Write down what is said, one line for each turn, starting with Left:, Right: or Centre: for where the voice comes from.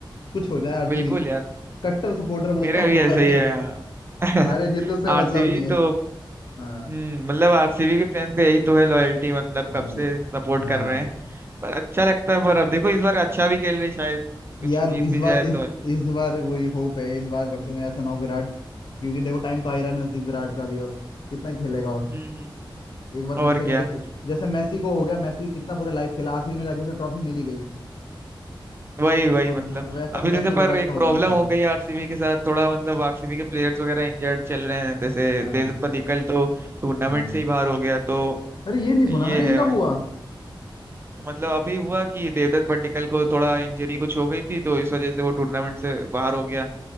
Left: कुछ हो जाए आरसीबी
Right: बिल्कुल
Left: से
Right: यार
Left: कट्टर सपोर्टर बोलता
Right: मेरा
Left: हूँ
Right: भी
Left: वो
Right: ऐसा
Left: वाले
Right: ही
Left: हो
Right: है यार।
Left: गए
Right: <laughs>
Left: हारे जीत उससे
Right: आरसीबी
Left: मतलब नहीं है
Right: तो हम्म,
Left: हाँ
Right: मतलब आरसीबी के फैंस का यही तो है लॉयल्टी मतलब
Left: हाँ
Right: कब से सपोर्ट
Left: हाँ
Right: कर रहे हैं पर अच्छा लगता है पर अब देखो इस बार अच्छा भी खेल रही है, शायद कुछ
Left: यार
Right: जीत
Left: इस
Right: भी
Left: बार
Right: जाए तो
Left: इस
Right: अच्छ-
Left: इस बार वही होप है इस बार कम से कम ऐसा ना हो विराट क्योंकि देखो टाइम तो आ ही रहा है नजदीक विराट का भी अब कितना ही खेलेगा और
Right: हम्म
Left: एक बार कम
Right: और
Left: से
Right: क्या
Left: कम जैसे जैसे मैसी को हो गया मैसी कितना पूरा लाइफ खेला आखिरी में जाके उसे ट्रॉफी मिली गई
Right: वही वही
Left: थोड़ा-
Right: मतलब
Left: हाँ, वैसा
Right: अभी
Left: वैसे
Right: जैसे
Left: ही विराट
Right: पर एक
Left: का हो
Right: प्रॉब्लम
Left: जाना चाहिए
Right: हो गई आरसीबी के साथ थोड़ा मतलब आरसीबी के प्लेयर्स वगैरह इंजर्ड चल रहे हैं जैसे
Left: हाँ
Right: देवदत्त पडिक्कल तो टूर्नामेंट
Left: हम्म।
Right: से ही बाहर हो गया तो
Left: अरे ये नहीं
Right: ये
Left: सुना मैंने ये
Right: है
Left: कब हुआ
Right: मतलब अभी हुआ कि देवदत्त पड्डीकल को थोड़ा इंजरी कुछ हो गई थी तो इस वजह से वो टूर्नामेंट से बाहर हो गया